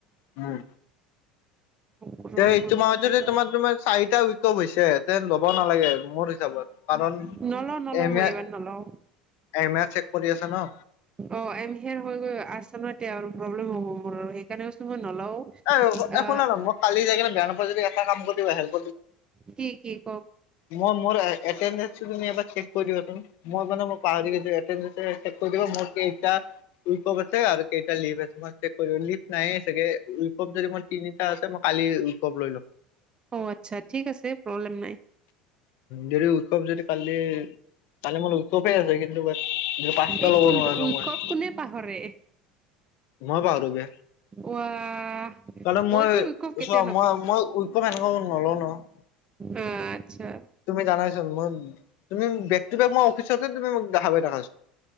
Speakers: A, on the left; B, on the right.
A: উম।
B: শুক্ৰ
A: দে এইটো
B: শনি
A: মাহত যদি
B: ৰবি।
A: তোমাৰ তোমাৰ চাৰিটা উইকপ হৈছে তেন ল'ব নালাগে মোৰ হিচাপত কাৰণ
B: নলও নলও
A: এন
B: মই
A: ইয়া,
B: এইবাৰ নলও
A: এম এ চেক কৰি আছা ন
B: অ এম হিয়েৰ হৈ গৈ আছা ন এতিয়া আৰু প্ৰব্লেম হ'ব মোৰ সেইকাৰণে কৈছ মই নলও
A: এ
B: আ
A: শুনা ন মই কালি যাই কিনে বেয়া নোপোৱা যদি এটা কাম কৰি দিবা হেলপ
B: কি কি কওক
A: মই মোৰ অতেন্দেচ খিনি এবাৰ চেক্ কৰি দিবাচোন মই মানে মই পাহৰি গৈছো অতেন্দেচ চেক্ কৰি দিবা মোৰ কেইটা উইকপ আছে আৰু কেইটা লিভ আছে তোমাৰ চেক কৰি লিভ নাইয়ে তাকে উইকপ যদি মই তিনিটা আছে মই কালি উইকপ লৈ লম
B: অ' আচ্ছা ঠিক আছে প্ৰব্লেম নাই।
A: যদি উৎসৱ যদি কালি কালি ম‌ই তো ঠিক আছে কিন্তু বাট পাচঁটা
B: এক
A: ল'ব
B: মিনিট
A: নোৱাৰা
B: উইকপ
A: ন' মই।
B: কোনে পাহৰে।
A: মই পাহৰো বে।
B: ৱাহ
A: কাৰণে
B: মইতো
A: মই
B: উইকপ কেতিয়াও
A: চোৱা
B: নাপাহৰো
A: মই মই উইকম এনেকুৱা মানুহক ন'লও নহয়।
B: অ' আচ্ছা।
A: তুমি জানাইচোন মই তুমি বেগ টু বেগ মই অফিচতে তুমি মোক দেখা পাই থাকা চোন।